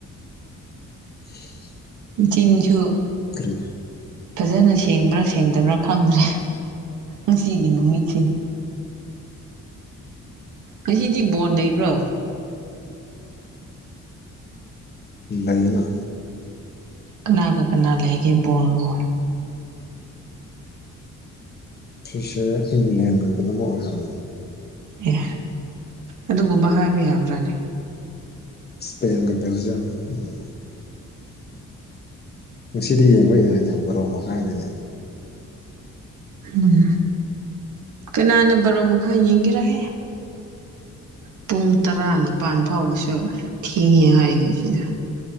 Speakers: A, on the left; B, on the right.
A: ꯎ <unintelligible>
B: ꯃꯆꯤꯟꯁꯨ
A: ꯀꯔꯤ
B: ꯐꯖꯅ ꯁꯦꯡꯕ꯭ꯔ ꯁꯦꯡꯗꯕ꯭ꯔ ꯈꯪꯗ꯭ꯔꯦ ꯉꯁꯤꯒꯤ ꯅꯨꯃꯤꯠꯁꯦ ꯉꯁꯤꯗꯤ ꯕꯣꯟ ꯂꯩꯕ꯭ꯔꯣ
A: ꯂꯩꯌꯦꯅ
B: ꯀꯅꯥ ꯀ ꯀꯅꯥ ꯂꯩꯒꯦ ꯕꯣꯜ ꯕꯨ
A: ꯐ꯭ꯔꯤꯁꯦ ꯏꯪꯂꯦꯟ ꯂꯗꯨꯅ ꯑꯃ ꯑꯣꯏꯔꯝꯃꯤ
B: ꯑꯦ ꯑꯗꯨꯒꯨꯝꯕ ꯍꯥꯏꯕ ꯌꯥꯕ꯭ꯔꯥꯅꯦ
A: ꯁꯄꯦꯟꯒꯗ ꯂꯩꯖꯝ ꯎꯝ ꯉꯁꯤꯗꯤ ꯌꯦꯡꯉꯣꯏ ꯌꯥ ꯍꯥꯏꯥꯏꯅ ꯕꯣꯔꯣ ꯃꯈꯥꯏꯗꯅꯤ
B: ꯎꯝ ꯀꯅꯥꯅ ꯕꯔꯣ ꯃꯈꯥꯏ ꯌꯦꯡꯒꯦꯔꯍꯦ ꯄꯨꯡ ꯇꯔꯥꯅꯤꯄꯥꯜ ꯐꯥꯎꯕꯁꯨ ꯊꯦꯡꯉꯦ ꯍꯥꯏꯔꯤꯉꯩꯁꯤꯗ